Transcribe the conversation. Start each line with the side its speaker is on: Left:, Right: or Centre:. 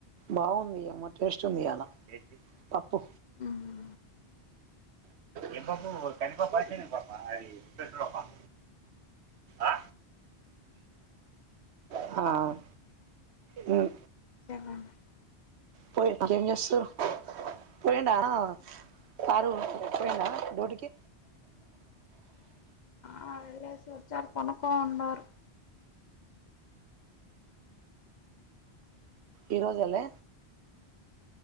Right: బాగుంది యమ్మ టెస్ట్ ఉంది ఇయ్యాల పప్పు
Left: మ్మ్
Right: ఏం పప్పు కంది పప్ప శనగ పప్ప అది పేసరు పప్ప ఆ ఆ ఆ మ్
Left: చెప్పండి
Right: పో ఇంకేం చేస్తుర్రు పోఇండా కారు పోఇండా డ్యూటికి
Left: హల్డ్స్ వచ్చరు పండుకొని ఉన్నారు
Right: ఈ రోజులే